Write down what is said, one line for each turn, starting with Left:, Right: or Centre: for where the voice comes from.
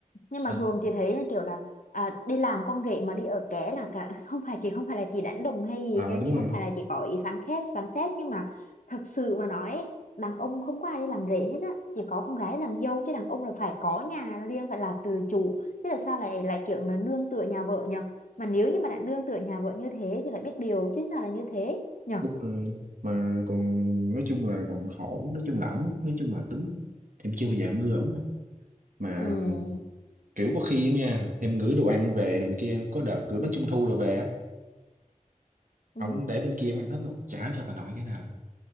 Left: nhưng
Right: Sao?
Left: mà thường chị thấy kiểu là à, đi làm con rể mà đi ở ké là cả <laughs> không phải chị không phải là chị đánh đồng hay gì
Right: Ờ
Left: nha
Right: đúng
Left: chị
Right: rồi
Left: không phải là chị có ý phán xét phán xét nhưng mà thật sự mà nói ấy, đàn ông không có ai đi làm rể hết á chỉ có con gái làm dâu chứ đàn ông là phải có nhà riêng phải là tự chủ chứ là sao lại lại kiểu mà nương tựa nhà vợ nhở mà nếu như mà đã nương tựa nhà vợ như thế thì phải biết điều chứ sao là như thế nhở
Right: đúng rồi mà còn nói chung là còn hổn nói chung là ổng nói chung là tính thì em chưa bao giờ em ưa ổng mà
Left: ừ
Right: kiểu có khi á nha em gửi đồ ăn về rồi này kia có đợt gửi bánh trung thu đồ về á
Left: ừ
Right: ổng để bên kia em ăn hết luôn trả cho bà nội cái nào